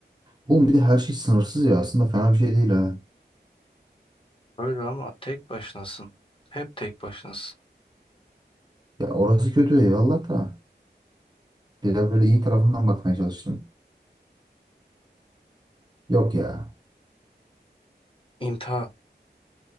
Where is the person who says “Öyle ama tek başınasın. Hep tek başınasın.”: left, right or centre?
Left